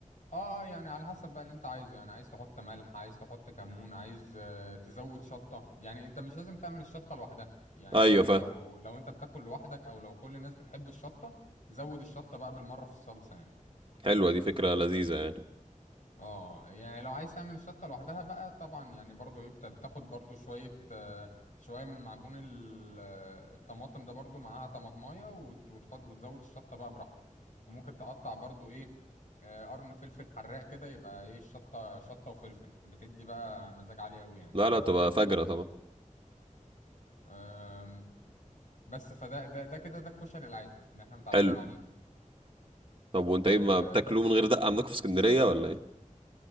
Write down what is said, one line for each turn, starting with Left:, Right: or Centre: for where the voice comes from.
Left: اه يعني على حسب بقى اللي انت عايزه يعني عايز تحط ملح عايز تحط كمون عايز آه، تزود شطة يعني انت مش لازم تعمل الشطة لوحدها يعني
Right: ايوه
Left: ممكن
Right: فاهم
Left: لو لو انت بتاكل لوحدك او لو كل الناس بتحب الشطة زود الشطة بقى بالمرة في الصلصة يعني
Right: حلوه دي فكره لذيذه يعني
Left: اه يعني لو عايز تعمل الشطة لوحدها بقى طبعا يعني برضو ايه بت- بتاخد برضو شوية آه، شوية من معجون ال- آه، الطماطم ده برضو معاها طماطماية وت- وتحط وتزود الشطة بقى براحتك وممكن تقطع برضو ايه آه، قرن فلفل حراق كده يبقى ايه الشطة شطة وفلفل بتدي بقى مزاج عالي قوي يعني
Right: لا لا بتبقى فجره طبعا
Left: آم، بس فده ده ده كده ده الكشري العادي اللي احنا متعودين
Right: حلو
Left: عليه
Right: طب وانت
Left: آه،
Right: ايه ما بتاكلوه من غير دقة عندكم في اسكندرية ولا ايه